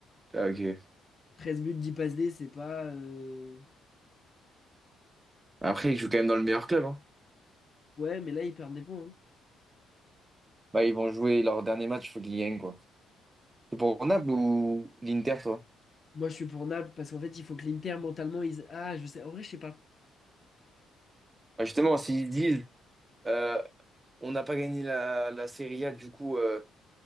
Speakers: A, on the right (about 25°); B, on the left (about 40°).
A: Ah, ok.
B: treize buts, 10 passes D, c'est pas. euh,
A: Après, il joue quand même dans le meilleur club, hein.
B: Ouais, mais là, ils perdent des points. hein.
A: Bah, ils vont jouer leur dernier match, il faut qu'ils gagnent, quoi. C'est pour Naples ou l'Inter, toi?
B: Moi, je suis pour Naples parce qu'en fait, il faut que l'Inter mentalement. Ils... Ah, je sais. En vrai, je sais pas.
A: Bah, justement, s'ils disent euh, on n'a pas gagné la, la Serie A, du coup, euh,